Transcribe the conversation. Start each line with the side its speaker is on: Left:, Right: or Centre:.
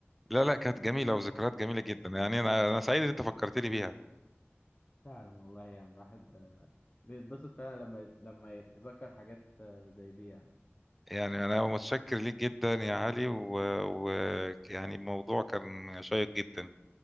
Centre: لا لا كانت جميلة وذكريات جميلة جدا يعني أنا أنا سعيد إن أنت فكرتني بيها
Left: فعلا والله يعني الواحد بيتبسط فعلا لما يت- لما يتذكر حاجات زي دي يعني
Centre: يعني أنا متشكر ليك جدا يا علي ويعني و... و- يعني الموضوع كان شيق جدا